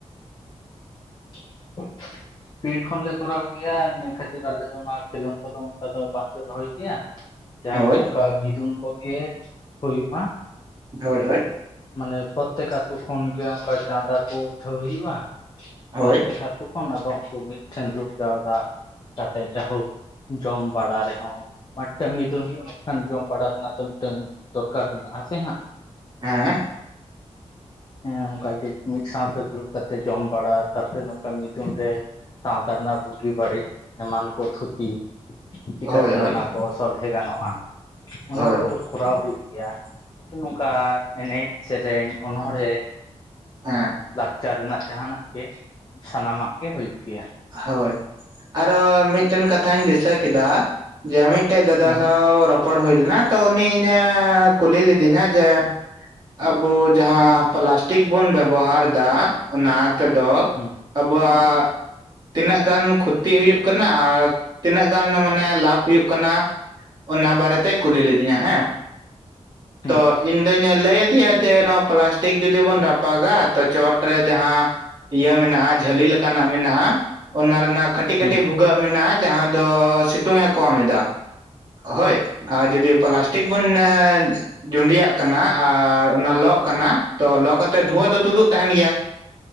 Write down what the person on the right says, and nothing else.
ᱦᱳᱭ
ᱦᱳᱭ ᱦᱳᱭ
ᱦᱳᱭ
ᱦᱮᱸ
ᱦᱳᱭ
ᱦᱳᱭ
ᱦᱳᱭ
ᱦᱮᱸ
ᱦᱳᱭ ᱟᱨᱚ ᱢᱤᱫ ᱴᱮᱱ ᱠᱟᱛᱷᱟᱧ ᱫᱤᱥᱟᱹ ᱠᱮᱫᱟ᱾ ᱡᱮ ᱢᱤᱫ ᱴᱮᱡ ᱫᱟᱫᱟ
ᱥᱟᱶ ᱨᱚᱯᱚᱲ ᱦᱳᱭ ᱞᱮᱱᱟ ᱛᱚ ᱩᱱᱤ ᱤᱧᱮ ᱠᱩᱞᱤ ᱞᱤᱫᱤᱧᱟ ᱡᱮ ᱟᱵᱩ ᱡᱟᱦᱟᱸ ᱯᱞᱟᱥᱴᱤᱠ ᱵᱩᱱ ᱵᱮᱵᱚ ᱦᱟᱨ ᱫᱟ ᱚᱱᱟ ᱛᱮ ᱫᱚ
ᱟᱵᱚ ᱣᱟᱜ ᱛᱤᱱᱟᱹᱜ ᱜᱟᱱ ᱠᱷᱩᱛᱤ ᱦᱩᱭᱩᱜ ᱠᱟᱱᱟ ᱟᱨ ᱛᱤᱱᱟᱹᱜ ᱜᱟᱱ ᱢᱟᱱᱮ ᱞᱟᱵᱷ ᱦᱩᱭᱩᱜ ᱠᱟᱱᱟ ᱚᱱᱟ ᱵᱟᱨᱮᱛᱮ ᱠᱩᱞᱤ ᱞᱤᱫᱤᱧᱟ ᱦᱮᱸ
ᱛᱚ ᱤᱧ ᱫᱚ ᱞᱟᱹᱭ ᱟᱫᱮᱭᱟ ᱡᱮ ᱱᱚᱣᱟ ᱯᱞᱟᱥᱴᱤᱠ ᱡᱩᱫᱤ ᱵᱚᱱ ᱨᱟᱯᱟᱜᱟ ᱛᱚ ᱪᱚᱴᱨᱮ ᱡᱟᱦᱟᱸ ᱤᱭᱟᱹ ᱢᱮᱱᱟᱜ-ᱟ ᱡᱷᱟᱹᱞᱤ ᱞᱮᱠᱟ ᱱᱟᱜ ᱢᱮᱱᱟᱜ-ᱟ᱾ ᱚᱱᱟ ᱨᱮᱱᱟᱜ ᱠᱟᱹᱴᱤᱡ
ᱠᱟᱹᱴᱤᱡ ᱵᱷᱩᱜᱟᱹᱜ ᱢᱮᱱᱟᱜ-ᱟ ᱡᱟᱦᱟᱸ ᱫᱚ ᱥᱤᱛᱩᱝ- ᱮ ᱠᱚᱢ ᱮᱫᱟ ᱦᱳᱭ ᱟᱨ ᱡᱩᱫᱤ ᱯᱞᱟᱥᱴᱤᱠ ᱵᱚᱱ ᱡᱩᱰᱤᱭᱟᱜ ᱠᱟᱱᱟ ᱟᱨ ᱚᱱᱟ ᱞᱚᱜ ᱠᱟᱱᱟ ᱛᱚ ᱞᱚᱜ ᱠᱟᱛᱮ ᱛᱮ ᱫᱷᱩᱣᱟᱹ ᱫᱚ ᱛᱩᱫᱩᱜ ᱛᱟᱦᱮᱱ ᱜᱮᱭᱟ